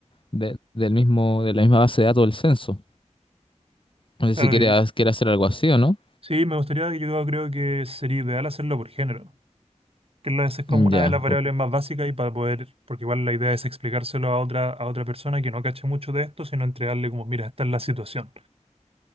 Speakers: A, on the left; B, on the right.
A: de- del mismo, de la misma base de datos del censo. No sé
B: Claro,
A: si quieres,
B: y-
A: quieres hacer algo así o no.
B: sí, me gustaría, yo creo que sería ideal hacerlo por género, que la- esa es como
A: Ya,
B: una de las variables
A: por-
B: más básicas y para poder, porque igual la idea es explicárselo a otra, a otra persona que no cache mucho de esto, sino entregarle como, mira, esta es la situación.